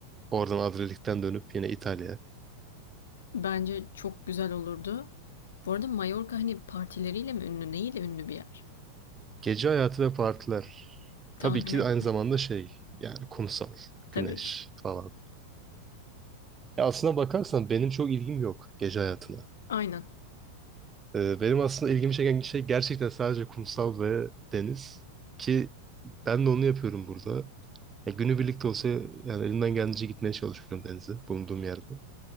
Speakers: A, on the right; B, on the left.
A: oradan Adriyatik'ten dönüp yine İtalya.
B: Bence çok güzel olurdu. Bu arada Mallorca hani partileriyle mi ünlü, neyle ünlü bir yer?
A: Gece hayatı ve partiler.
B: Tahmin
A: Tabii ki
B: ettim
A: aynı zamanda şey yani kumsal,
B: tabii
A: güneş
B: ki.
A: falan. Ya aslına bakarsan benim çok ilgim yok gece hayatına.
B: Aynen.
A: Ee, Benim aslında ilgimi çeken şey gerçekten sadece kumsal ve deniz ki ben de onu yapıyorum burada. Ya günü birlikte olsa yani elimden geldiğince gitmeye çalışıyorum denize bulunduğum yerde.